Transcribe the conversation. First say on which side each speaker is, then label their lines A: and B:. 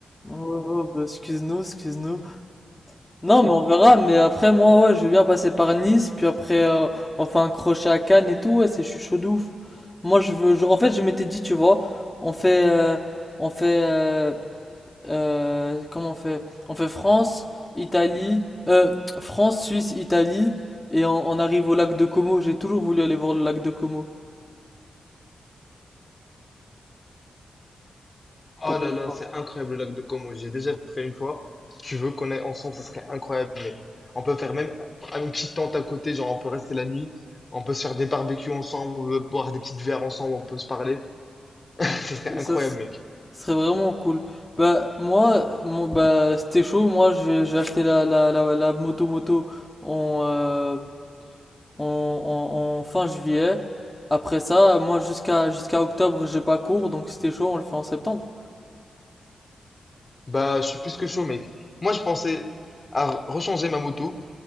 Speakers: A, on the left (about 15°); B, on the left (about 35°).
A: Oh, oh, oh, bah, excuse-nous, excuse-nous. Non, mais on verra. Mais après, moi, ouais, je vais bien passer par Nice. Puis après, euh, on fait un crochet à Cannes et tout. Ouais, c'est, je suis chaud de ouf. Moi, je veux. je- en fait, je m'étais dit, tu vois, on fait. euh, on fait. euh, euh, comment on fait? On fait France, Italie. euh, France, Suisse, Italie. Et on, on arrive au lac de Como. J'ai toujours voulu aller voir le lac de Como.
B: Oh
A: T'en penses
B: là là,
A: quoi?
B: c'est incroyable le lac de Como, j'ai déjà fait une fois. Si tu veux qu'on aille ensemble, ça serait incroyable. On peut faire même une petite tente à côté, genre on peut rester la nuit, on peut se faire des barbecues ensemble, boire des petites verres ensemble, on peut se parler. <laughs> Ça serait
A: Ça,
B: incroyable,
A: ça, Ce
B: mec.
A: serait vraiment cool. Bah, moi, mon, bah, c'était chaud. Moi, je vais, je vais acheter la, la, la, la moto moto en, euh, en, en, en fin juillet. Après ça, moi, jusqu'à jusqu'à octobre, j'ai pas cours. Donc, c'était chaud, on le fait en septembre.
B: Bah, je suis plus que chaud, mec. Moi, je pensais à re- rechanger ma moto.